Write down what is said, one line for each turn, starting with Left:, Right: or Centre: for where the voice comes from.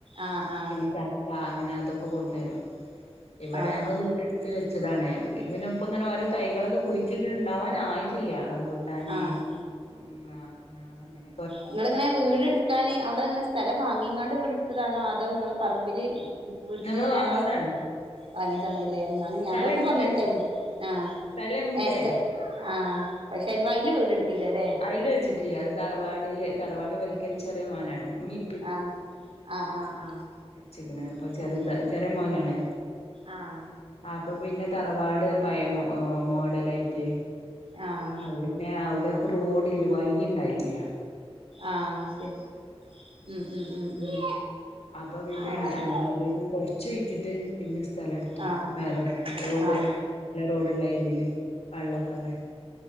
Right: ആഹ് ആഹ്
Left: പിന്നെ ച ക്ക അങ്ങനെ അതൊക്കെ കൊടുന്നരും. ഇവടെ
Right: ആഹ്
Left: ഞങ്ങള് വീട് ട് ത്ത് വെച്ചതാണ്. അപ്പതില് പിന്നെ ഇപ്പം ഇങ്ങനെ ഓരോ തൈകളൊക്കെ കുഴിച്ചിട്ടിട്ട്ണ്ടാവാൻ ആയിട്ടില്ല റംമ്പൂ ട്ടാൻ
Right: ആഹ്
Left: ഉംമാങ്ങ അങ്ങനെ
Right: ഇങ്ങള് ഇങ്ങനെ വീട് ട്ക്കാന് അവ്ടന്ന്ങ്ങനെ സ്ഥലം വാങ്ങിങ്ങാണ്ട് വീട് ഇട്ത്തതാണോ അതോ ഇങ്ങളെ പറമ്പില് വീട്ടിലില്ലെ
Left: ഞങ്ങള് വാങ്ങിയതാണ്
Right: ആ വാങ്ങിയതാണ്ല്ലേ അങ്ങനെ.
Left: സ്ഥലണ്ട്
Right: ഞങ്ങക്കും ഇപ്പങ്ങൻത്തെന്നെ. ആഹ്
Left: സ്ഥലണ്ട്
Right: ഏഹ് സ്ഥെ ആഹ് പക്ഷെ ഇങ്ങള് അയില് വീട് ഇട്ത്തീല്ല ല്ലെ.
Left: അയ്ല് വെച്ചിട്ടില്ല. അത് തറവാടില് തറവാട് ഇവൽക്കെന്നെ ചെറിയ മോനാണ്. ഇമ്മി
Right: ആഹ് ആഹ് ആഹ് ആഹ്.
Left: മരിച്ച്ക്ക്ണ്. അപ്പൊ ചെറിത
Right: അത് ശരി
Left: ചെറിയ മോനാണ്.
Right: ആഹ്
Left: അപ്പൊ പിന്നെ തറവാട് പയേ മൊ മോഡലായിറ്റ്.
Right: ആഹ്
Left: അപ്പ പിന്നെ അവിടെക്ക് റോഡില്ല വയ്യ് ഇണ്ടായില്ല്യ.
Right: ആഹ് ശരി ഉം ഉം ഉം ഉം.
Left: അപ്പൊ പിന്നെ
Right: അത്
Left: ഞങ്ങളതിന്ന്
Right: ശരി
Left: കൊർച്ച് വിറ്റിട്ട് പിന്നെ സ്ഥലെട്ത്തു.
Right: ആഹ്
Left: വേറെട്ത്ത്. റോഡ്
Right: ആഹ് ആഹ്
Left: നല്ല റോഡ്ള്ള ഏരിയേല്. വെള്ളൊക്കെള്ളെ.